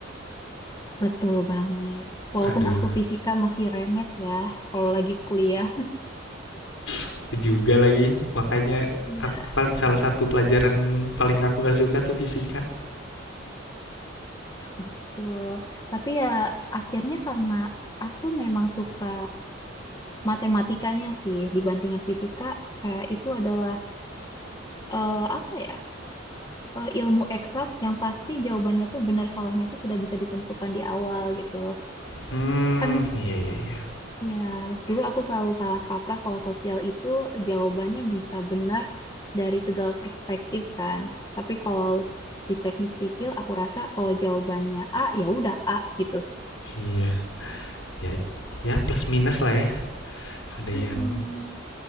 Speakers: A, on the left (about 20°); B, on the left (about 80°).
A: Betul banget. Walaupun
B: Waduh,
A: aku fisika masih remet ya, kalau lagi kuliah.
B: aku juga lagi. Makanya
A: Iya,
B: aku paling salah satu pelajaran paling aku nggak suka tuh fisika.
A: betul. Tapi ya akhirnya karena aku memang suka matematikanya sih dibandingkan fisika, kayak itu adalah eh, apa ya? eh, ilmu eksak yang pasti jawabannya tuh benar salahnya tuh sudah bisa ditentukan di awal gitu.
B: Hmm,
A: Kan
B: iya iya iya.
A: Ya, dulu aku selalu salah kaprah kalau sosial itu jawabannya bisa benar dari segala perspektif kan. Tapi kalau di teknik sipil aku rasa kalau jawabannya A ya udah A gitu.
B: Iya, ya ya plus minus lah ya. Ada yang
A: Mm-mm.